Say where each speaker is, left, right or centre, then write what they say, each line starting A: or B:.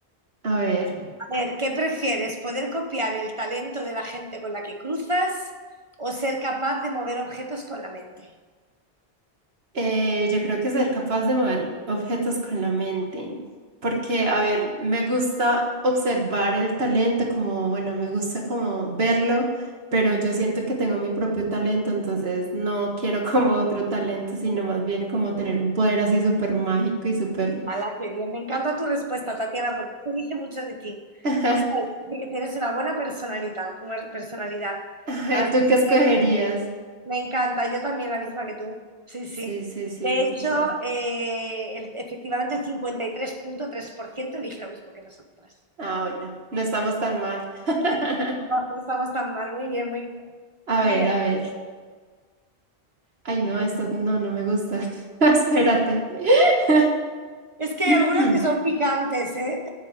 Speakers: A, on the right; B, on the right.
A: A ver,
B: A ver, ¿qué prefieres? ¿Poder copiar el talento de la gente con la que cruzas o ser capaz de mover objetos con la mente?
A: eh, yo creo que ser capaz de mover objetos con la mente, porque, a ver, me gusta observar el talento, como, bueno, me gusta como verlo, pero yo siento que tengo mi propio talento, entonces no quiero <laughs> como otro talento, sino más bien como tener un poder así súper mágico y súper
B: ¡Hala, qué bien! Me encanta tu respuesta, Tatiana, porque eso dice mucho de ti.
A: <laughs>
B: Sabes, Dice que tienes una buena personalidad, una personalidad.
A: <laughs>
B: Así
A: ¿Tú qué escogerías?
B: que Me encanta, yo también la misma que tú. Sí,
A: Sí,
B: sí.
A: sí, sí,
B: De hecho,
A: total.
B: eh, el- efectivamente el cincuenta y tres coma tres por ciento elige lo mismo que nosotras.
A: Ah, bueno, no estamos tan mal. <laughs>
B: No, no estamos tan mal, muy bien, muy bien.
A: A
B: Sigue.
A: ver, a ver. Ay, no, esta no, no me gusta. <laughs> Espérate. <clears throat>
B: Es que
A: <laughs>
B: hay algunas que son picantes, ¿eh?